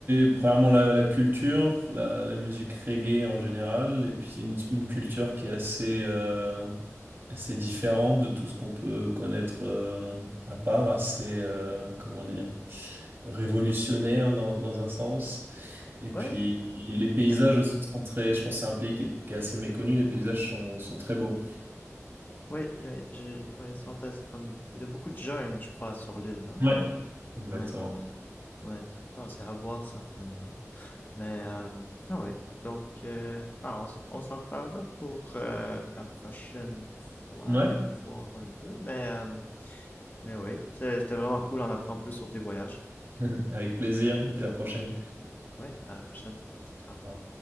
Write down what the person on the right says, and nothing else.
c'est premièrement la, la culture, la, la musique reggae en général, et puis c'est une, une culture qui est assez, euh, assez différente de tout ce qu'on peut connaître euh, à part, assez, euh, comment dire, révolutionnaire dans, dans un sens. Et
puis les paysages
aussi sont très, je pense que c'est un pays qui est, qui est assez méconnu, les paysages sont, sont très beaux.
Ouais. Exactement.
Ouais,
<laughs> avec plaisir, et puis à la prochaine.
Au revoir.